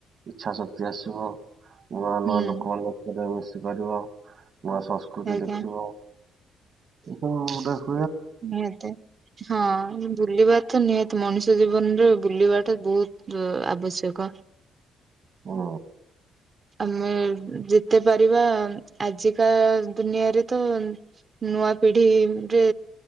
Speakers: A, on the right; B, on the right.
A: ଇଚ୍ଛା ଶକ୍ତି ଆସିବ ନୂଆ ନୂଆ
B: ହୁଁ।
A: ଲୋ <unintelligible> ମିଶିପାରିବ ନୂଆ ସଂସ୍କୃତି
B: ଆଜ୍ଞା
A: ଦେଖିବ। <unintelligible>
B: ନିହାତି ହଁ। ବୁଲିବା ତ ନିହାତି ମଣିଷ ଜୀବନରେ ବୁଲିବା ଟା ବହୁତ ଉଁ ଆବଶ୍ୟକ।
A: ହଁ।
B: ଆମେ ଯେତେ ପାରିବା ଆଜିକା ଦୁନିଆରେ ତ ନୂଆ ପିଢି ରେ